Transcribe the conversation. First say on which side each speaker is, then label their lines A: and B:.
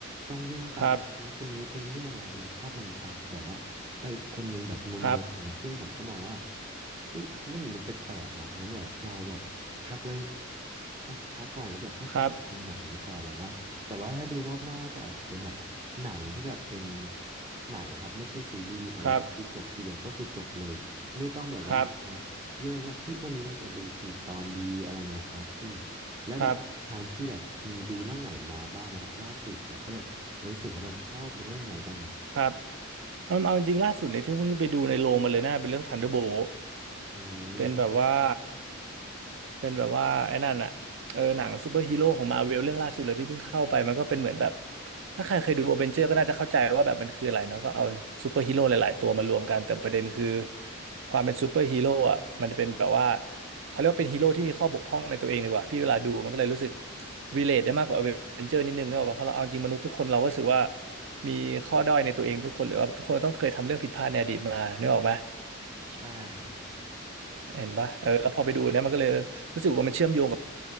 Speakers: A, on the right (about 25°); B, on the right (about 60°).
A: ต้องวิ่งตามคนนู้นคนนี้ไปเรื่อยเลยครับแล้วภาพมันตัดแบบว่าไปอีกคนนึงแบบงงๆซึ่งผมก็มองว่า
B: ครับครับ
A: เฮ้ยเรื่องนี้มันแปลกๆว่ะงั้นแบบเราแบบพักไว้สักพักก่อนแล้วเดี๋ยวค่อยกลับดูหนังดีกว่าแบบว่า
B: ครับ
A: แต่ว่าถ้าดูรอบหน้าก็อาจจะเป็นแบบหนังที่แบบเป็นหนังอะครับไม่ใช่ซีรีส์เพราะว่าคือจบทีเดียวก็คือจบเลยไม่ต้องแบบว่ามา
B: ครับครับครับ
A: แยกว่าเอ้ยวันนี้เราจะดูกี่ตอนดีอะไรเงี้ยครับพี่แล้วแบบทางพี่แบบมีดูเรื่องไหนมาบ้างไหมครับล่าสุดแล้วก็แบบรู้สึกว่าเราชอบหรือว่ายังไงบ้างไหมครับ
B: ครับ ครับเอาเอาจริงๆล่าสุดเนี่ยที่เพิ่งไปดูในโรงมาเลยนะเป็นเรื่อง Thunderbolt
A: อื
B: เป็นแบบว่า
A: ม
B: เป็นแบบว่าไอ้นั่นอะเออหนังซูเปอร์ฮีโร่ของมาเวลเรื่องล่าสุดเลยที่เพิ่งเข้าไปมันก็เป็นเหมือนแบบถ้าใครเคยดูอเวนเจอร์ก็น่าจะเข้าใจว่าแบบมันคืออะไรเนาะก็เอาซูเปอร์ฮีโร่หลายๆตัวมารวมกันแต่ประเด็นคือความเป็นซูเปอร์ฮีโร่อะมันเป็นแบบว่าเขาเรียกว่าเป็นฮีโร่ที่มีข้อบกพร่องในตัวเองดีกว่าพี่เวลาดูมันก็เลยรู้สึกรเลทได้มากกว่าอเวนเจอร์นิดนึงเนกอะเพราะเราเอาจริงมนุษย์ทุกคนเราก็รู้สึกว่า มีข้อด้อยในตัวเองทุกคนหรือว่าทุกคนต้องเคยทำเรื่องผิดพลาดในอดีตมานึกออกไหม
A: ใช่ครับ
B: เห็นปะเออแล้วพอไปดูเนี่ยมันก็เลยรู้สึกว่ามันเชื่อมโยงกับ